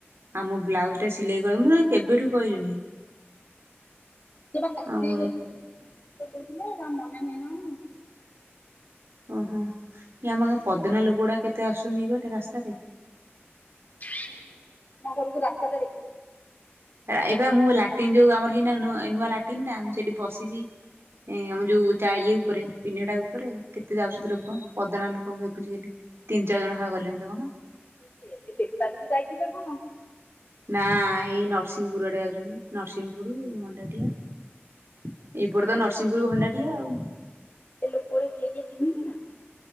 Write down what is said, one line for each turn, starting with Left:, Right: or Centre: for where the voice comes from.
Right: ଆଉ ମୋ ବ୍ଲାଉଜ ଟା ସିଲେଇ କି ମୁଁ କେବେଠୁ କହିଲିଣି
Left: ସେ ବା କାଟି
Right: ଆଉ
Left: ଦେଇଥିଲେ ତାଙ୍କର ମାନେ ନାହିଁ ନାଁ କଣ
Right: ଓହୋ ଏ ଆମ ପଦନା ଲୋକ ଗୋଡ଼ା କେତେ ଆସୁଛନ୍ତି ଏଇପଟେ ରାସ୍ତାରେ
Left: <unintelligible> ତୁମ ଘରକୁ ରାସ୍ତାଟା ଦେଖି
Right: ଏବେ ମୁଁ ଲାଟିନ ଯୋଉ ଆମର ହେଇନା ନୂଆ ଲାଟିନ୍ ଟା ମୁଁ ସେଇଠି ବସିଛି ଆମ ଯୋଉ ଇଏ ଉପରେ ପିଣ୍ଢା ଟା ଉପରେ କେତେ ଯାଉଛନ୍ତି। ଲୋକ ପଦନା ଲୋକ ମୁଁ ଦେଖୁଛି ଖାଲି ତିନି ଚାରି ଜଣ ଗଲେଣିନା କଣ
Left: ଇଏ କିଏ ବେପାର କୁ ଯାଇଥିବେ କଣ
Right: ନା ଏଇ ନରସିଂହପୁର ଆଡେ ଯାଉଛନ୍ତି ନରସିଂହପୁର ଭଣ୍ଡାରି ଏଇପଟେ ତ ନରସିଂହପୁର ଭଣ୍ଡାଟିଆ ଆଉ
Left: ସେ ଲୋକ ଗୋଡ଼ା କିଏ କିଏ ଚିନିଛୁନା